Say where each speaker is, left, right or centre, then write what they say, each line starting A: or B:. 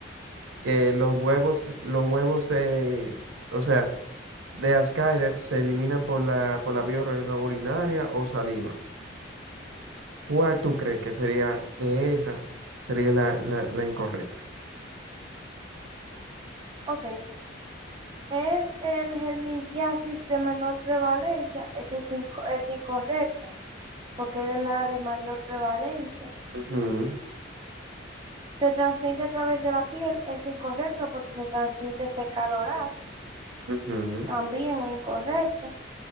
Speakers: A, on the right; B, on the right.
A: que los huevos, los huevos se, o sea, de las se eliminan por la, por la vía orina- urinaria o saliva. ¿Cuál tú crees que sería de esa? Sería la, la, la incorrecta.
B: ok. Es el helmintiasis de menor prevalencia, ese es, inco- es incorrecta. porque es de la de mayor prevalencia.
A: Ujú,
B: Se transmite a través de la piel, es incorrecto porque se transmite fecal oral,
A: ujú,
B: también es incorrecto.